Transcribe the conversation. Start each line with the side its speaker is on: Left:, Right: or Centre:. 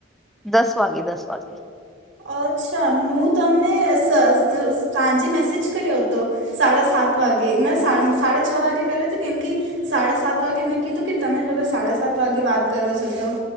Centre: દસ વાગે દસ વાગે
Right: અચ્છા હું તમને સાંજે મેસેજ કર્યો હતો. સાડા સાત વાગે મ સાડા છ. વાગે કર તો કેમકી સાડા સાત વાગે મેં કીધું કે તમેગર સાડા સાત વાગે, વાત કરો છો તો